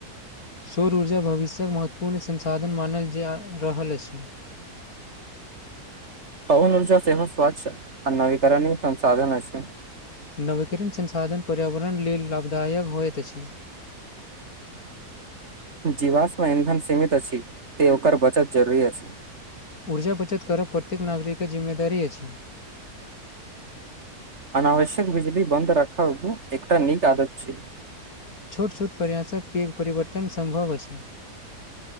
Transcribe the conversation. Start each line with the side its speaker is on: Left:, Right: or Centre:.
Left: सौर ऊर्जा भविष्यक महत्वपूर्ण संसाधन मानल जा रहल अइछ
Right: पहुन ऊर्जा सेहो स्वच्छ आ नवीकरण संसाधन छय
Left: नवीकरण संसाधन पर्यावरण लेल लाभदायक होइत अइछ
Right: जीवास्म ईंधन सीमित अछि ते ओकर बचत जरुररी अइछ
Left: ऊर्जा बचत करब प्रत्येक नागरिक के जिम्मेदारी अछि
Right: अनावश्यक बिजली बन्द राखब एकटा नीक आदत छय
Left: छोट छोट प्रयास स पेघ परिवर्तन संभवअछि